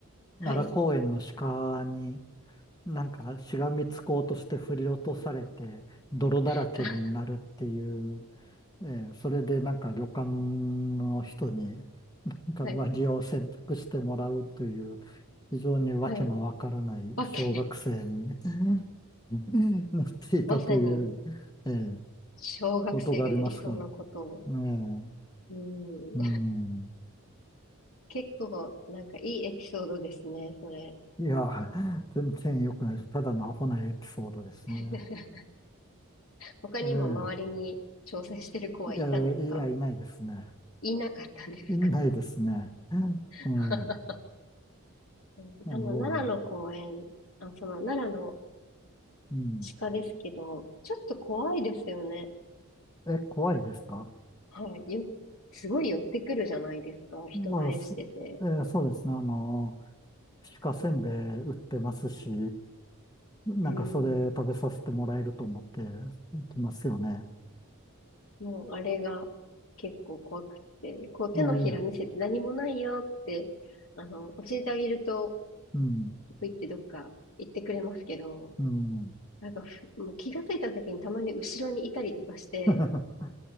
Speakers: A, on the left (about 20°); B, on the left (about 70°).
A: 奈良公園の鹿に、
B: はい、
A: なんかしがみつこうとして振り落とされて泥だらけになるっていう、
B: <laughs>
A: えーそれでなんか旅館の人になんか上着を洗濯してもらうという
B: はい、
A: 非常にわけのわからない小学生に
B: はい。わけ、
A: <laughs> なっていたという、
B: まさに、
A: えー
B: 小学生がやりそうなことを。
A: ことがありますが、えー
B: うん、
A: うん、
B: 結構、なんかいいエピソードですね、それ。
A: いや、全然良くないです。ただのアホなエピソードですね。
B: <laughs> 他にも周りに挑戦してる子はいたんですか
A: ええいや、いや、いないですね。
B: いなかったんですか
A: いないですね。ええ、
B: <laughs>
A: あ
B: うん、
A: の、
B: あの、奈良の公園、あ、その奈良の
A: うん。
B: 鹿ですけど、ちょっと怖いですよね。
A: え、怖いですか
B: はい。よ、すごい寄ってくるじゃないですか。人慣れしてて。
A: まあ、そ、えーそうですね。あの、鹿せんべい売ってますし、
B: うん。
A: なんかそれ食べさせてもらえると思って
B: うん。
A: きますよね。
B: もう、あれが結構怖くって、こう手のひら見せて何もないよって、
A: ええ、
B: あの、教えてあげると、
A: うん、
B: ぷいってどっか行ってくれますけど、
A: うん。
B: なんかふ、もう気がついた時にたまに後ろにいたりとかして、
A: <laughs>